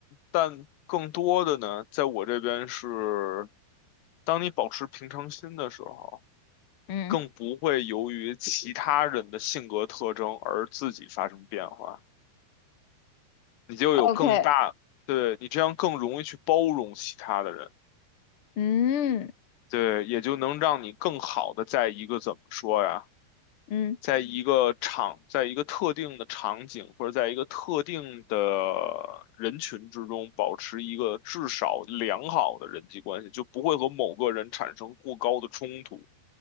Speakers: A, on the left (about 75°); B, on the left (about 55°).
A: 但更多的呢，在我这边是，当你保持平常心的时候，
B: 嗯
A: 你更不会由于其他人的性格特征而自己发生变化，你就有更大，
B: ，OK，
A: 对，你这样更容易去包容其他的人，
B: 嗯
A: 对，也就能让你更好的在一个怎么说呀？
B: 嗯，
A: 在一个场，在一个特定的场景或者在一个特定的人群之中，保持一个至少良好的人际关系，就不会和某个人产生过高的冲突。